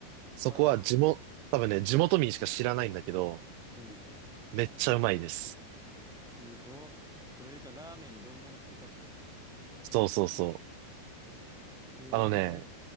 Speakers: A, on the right; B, in the centre.
A: そこは地元、
B: ああ、
A: 多分ね、地元民しか知らないんだけど、
B: うん。
A: めっちゃうまいです。
B: すごっ。これか、ラーメン丼物って書いてるやつか。
A: そうそうそう。
B: へえ。
A: あのね、